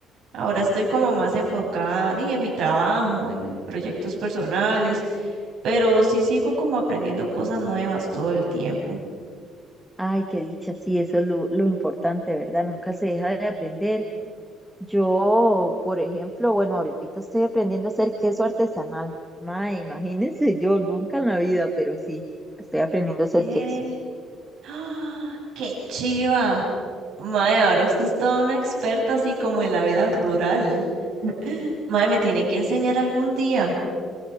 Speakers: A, on the right; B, in the centre.
A: Ahora estoy como más enfocada di, en mi trabajo, en proyectos personales, pero sí sigo como aprendiendo cosas nuevas todo el tiempo.
B: Ay, qué dicha, sí, eso es lo, lo importante, ¿verdad? Nunca se deja de aprender. Yo, por ejemplo, bueno, ahorita estoy aprendiendo a hacer queso artesanal. Ma, imagínense yo, nunca en la vida, pero sí, estoy aprendiendo a hacer
A: Eh,
B: queso.
A: ¡Ah! ¡Qué chiva! Mae, ahora usted es toda una experta así como en la vida rural. Mae, me tiene que enseñar algún día.